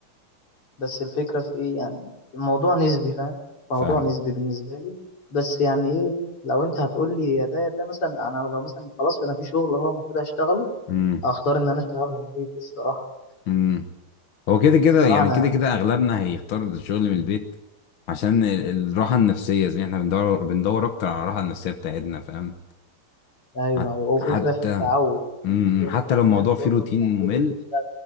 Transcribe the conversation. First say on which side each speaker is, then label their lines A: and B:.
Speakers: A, on the left (about 90°); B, on the left (about 65°).
A: بس الفكرة في ايه يعني الموضوع نسبي فاهم موضوع
B: فاهم
A: نسبي بالنسبة لي بس يعني ايه لو انت هتقول لي يا ده يا ده مثلا انا لو مثلا خلاص انا في شغل هو المفروض هشتغله
B: امم
A: اختار ان انا اشتغل من البيت الصراحة
B: امم هو كده كده
A: الصراحة
B: يعني
A: انا
B: كده كده اغلبنا هيختار الشغل من البيت عشان ال- الراحه النفسيه زي ما احنا بندور بندور اكتر على الراحه النفسيه بتاعتنا فاهم
A: ايوه
B: حت-
A: ايوه وفكرة
B: حتى
A: في التعود
B: امم
A: يعني عايز
B: امم.
A: اقول
B: حتى
A: لك ان
B: لو الموضوع
A: في ناس برضه
B: فيه روتين
A: متعودة
B: ممل
A: تشتغل